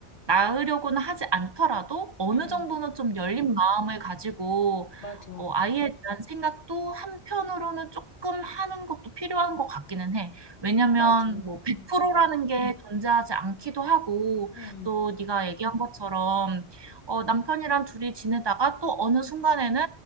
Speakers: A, on the right (about 30°); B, on the left (about 85°).
A: 낳으려고는 하지 않더라도, 어느
B: 응,
A: 정도는 좀 열린 마음을 가지고,
B: 맞아,
A: 어, 아이에 대한 생각도 한편으로는 조금 하는 것도 필요한 것 같기는 해. 왜냐면
B: 맞아,
A: 뭐 100%
B: 응,
A: 라는 게 존재하지 않기도 하고
B: 응,
A: 또 네가 얘기한 것처럼 어, 남편이랑 둘이 지내다가 또 어느 순간에는